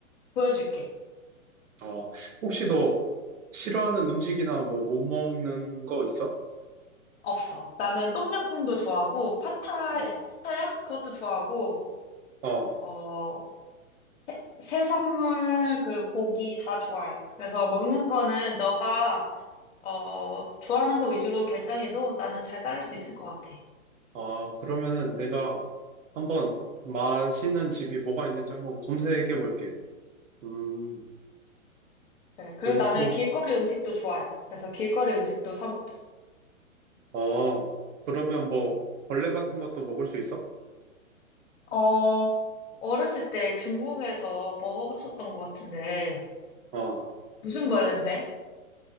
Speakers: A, on the left; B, on the right.
A: 보여줄게.
B: 어, 혹시 너 싫어하는 음식이나 뭐 못 먹는 거 있어?
A: 없어. 나는 똠양꿍도 좋아하고, 파타,
B: 뭐,
A: 파타야? 그것도 좋아하고,
B: 어,
A: 어, 해- 해산물, 그리고 고기 다 좋아해. 그래서 먹는 거는 너가, 어, 좋아하는 거 위주로 결정해도 나는 잘 따를 수 있을 것 같아.
B: 아, 그러면은 내가 한번 맛있는 집이 뭐가 있는지 한번 검색해 볼게. 음,
A: 그래. 그리고
B: 여기
A: 나는
B: 또,
A: 길거리 음식도 좋아해. 그래서 길거리 음식도 사 먹자.
B: 어, 그러면 뭐 벌레 같은 것도 먹을 수 있어?
A: 어, 어렸을 때 중국에서 먹어봤었던 것 같은데,
B: 어,
A: 무슨 벌레인데?